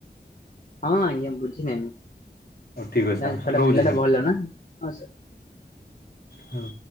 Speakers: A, on the left; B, on the left.
A: ହଁ ଆଜ୍ଞା ବୁଝି ନେବି
B: ହଉ ଠିକ୍ ଅଛି ସାର୍
A: <unintelligible> ଛୁଆଟା
B: ରହୁଛି
A: ପିଲା ଟା ଭଲ ନା ହଁ ସାର।
B: ହଁ।